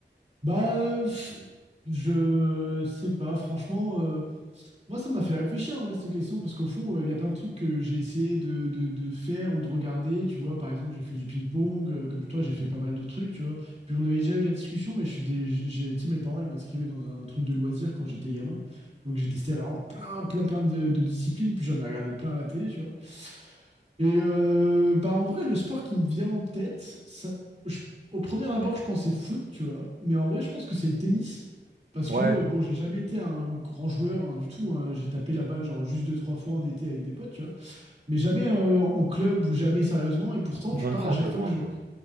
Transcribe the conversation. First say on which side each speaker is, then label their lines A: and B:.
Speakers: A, on the right; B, on the right.
A: Bah, pff, je sais pas, franchement, euh, Moi, ça m'a fait réfléchir, ouais, ces questions, parce qu'au fond, euh, il y a plein de trucs que j'ai essayé de, de- de faire ou de regarder. Tu vois, par exemple, j'ai fait du ping-pong, euh, comme toi, j'ai fait pas mal de trucs, tu vois. Puis on avait déjà eu la discussion, mais je suis des, j'ai, tu sais, mes parents, ils m'inscrivaient dans un truc de loisirs quand j'étais gamin. Donc j'ai testé en plein, plein, plein de, de disciplines, puis j'en ai regardé plein à la télé, tu vois. Et euh, bah en vrai, le sport qui me vient en tête, ça- je- au premier abord, je pensais foot, tu vois, mais en vrai, je pense que c'est le tennis. Parce
B: Ouais,
A: que, bon, j'ai jamais été un grand joueur hein, du tout. hein. J'ai tapé la balle, genre, juste deux, trois fois en été avec des potes, tu vois. Mais jamais euh, en club ou jamais sérieusement. Et pourtant,
B: j'en
A: je sais pas,
B: ai fait
A: à
B: en
A: chaque
B: club,
A: fois
B: moi,
A: que je,
B: un peu.